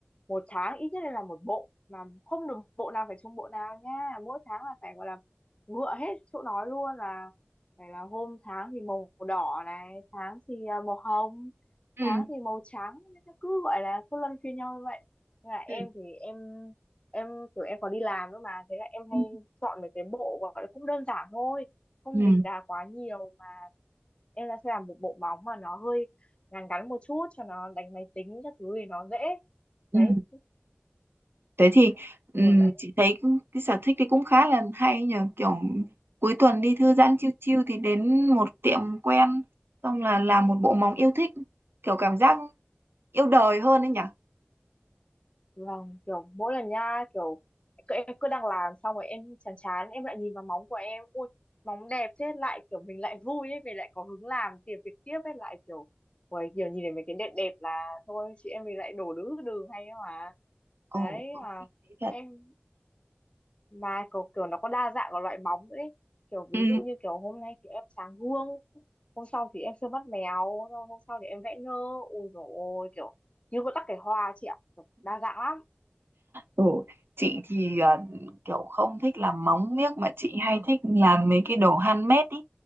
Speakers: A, on the left (about 30°); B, on the right (about 65°).
A: một tháng ít nhất là một bộ mà không được bộ nào phải chung bộ nào nha mỗi tháng là phải gọi là ngựa hết chỗ nói luôn là phải là hôm tháng thì màu đỏ này tháng thì à, màu hồng
B: ừ
A: tháng thì màu trắng nó cứ gọi là cứ luân phiên nhau như vậy nên là em
B: ừ
A: thì em em kiểu em còn đi làm nữa mà thế là em
B: ừ
A: hay chọn mấy cái bộ gọi là cũng đơn giản thôi không
B: ừ
A: đỉnh đà quá nhiều mà em là sẽ làm một bộ móng mà nó hơi ngắn ngắn một chút cho nó đánh máy tính các thứ thì nó dễ
B: ừ
A: đấy
B: thế thì ừ,
A: kiểu đánh
B: chị thấy cũng- cái sở thích thì cũng khá là hay nhờ kiểu cuối tuần đi thư giãn chiêu chiêu thì đến một tiệm quen xong là làm một bộ móng yêu thích kiểu cảm giác yêu đời hơn ấy nhỉ
A: vâng kiểu mỗi lần nha kiểu cứ- em cứ đang làm xong rồi em chán chán em lại nhìn vào móng của em ui móng đẹp thế lại kiểu mình lại vui ấy mình lại có hứng làm tìm việc tiếp ấy lại kiểu ui kiểu nhìn thấy mấy cái đẹp đẹp là thôi chị em mình lại đổ đứa đường hay ấy mà
B: Ồ,
A: đấy
B: có
A: à,
B: khi thế thật.
A: em mà kiểu, kiểu nó có đa dạng của loại móng nữa ấy. kiểu
B: Ừ.
A: ví dụ như kiểu hôm nay thì em sáng gương hôm sau thì em sơn mắt mèo rồi hôm sau thì em vẽ nơ ôi dồi ôi kiểu như có tắc kẻ hoa chị ạ kiểu, đa dạng lắm
B: Ừ, chị thì ờ, kiểu không thích làm móng miếc mà chị hay thích làm mấy cái đồ handmade ý.